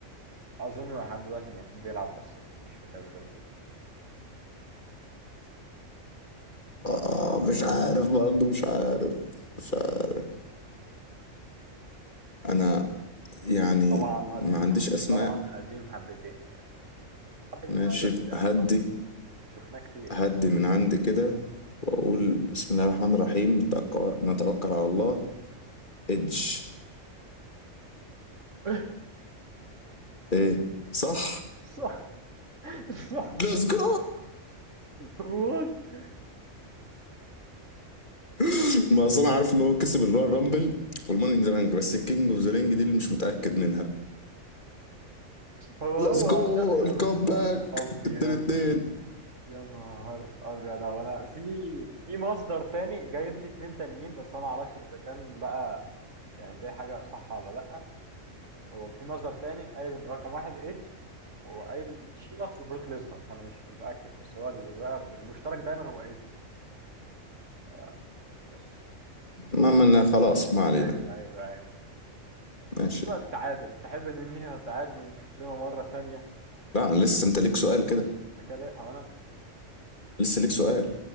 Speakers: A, on the right (about 70°); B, on the left (about 40°).
A: أظن لحد دلوقتي المفروض بيلعب بس مش في الدبليو دبليو إي
B: آه مش عارف برضه مش عارف مش عارف انا يعني
A: طبعا قديم
B: ما عنديش
A: حقه
B: اسماء
A: طبعا قديم حبتين يعني مش مش حبتين
B: ماشي
A: قوي بس يعني
B: هدي
A: حق. شفناه كتير
B: هدي
A: يعني
B: من عندي كده واقول بسم الله الرحمن الرحيم نتوكل نتوكل على الله ادج
A: <laughs>
B: ايه صح
A: صح صح
B: ليتس جو
A: وات
B: <laughs> ما اصل انا عارف ان هو كسب اللي هو الرامبل والماني ان ذا بانك بس الكينج اوف ذا رينج دي اللي مش متاكد منها
A: هو
B: ليتس
A: هو
B: جو
A: لا يا
B: الكومباك
A: نهار ابيض
B: التاني اتنين
A: يا نهار ابيض هو انا في في مصدر تاني جايب لي اتنين تانيين بس انا ما اعرفش اذا كان بقى يعني دي حاجه صح ولا لا هو في مصدر تاني قايل ان رقم واحد ايدج وهو قايل شيماس وبروك ليزنر انا مش متاكد بس هو اللي ظهر المشترك دايما هو ايدج آه، بس
B: ما من خلاص ما علينا
A: ايوه ايوه ايوه
B: ماشي
A: دلوقتي تعادل تحب ننهيها تعادل ونشوف لنا مره تانيه
B: لا أنا لسه انت ليك سؤال كده
A: انا كده هو انا
B: لسه ليك سؤال